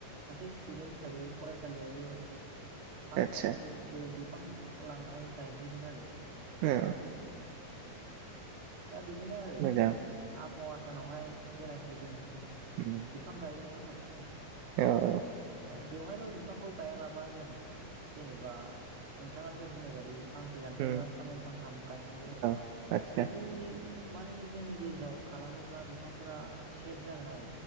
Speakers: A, on the right; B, on the right.
A: सासे स्टुडेन्ट हिसाबै फरायसालियावबो फांनैसो
B: आदसा
A: फां लांनानै गायहैदों आरो
B: ए
A: उम दा बिदिनो आरो
B: मोजां
A: आबहावा सानावहाय जेनाखि जों
B: उम
A: बिफां गायो नङा होमबा नों थां
B: औ औ
A: औ बेवहायल' बिफांखौ गायालाबा जों जेनेबा नोंथाङा दहाय बुंनाय बायदि फांसे दानफैबा
B: उम
A: फांनै फांथाम गायनांगौ
B: औ आदसा
A: बिदि मानि जोंनि गेजेराव खालामोब्ला बिफांफोरा सेभ जागोन आरो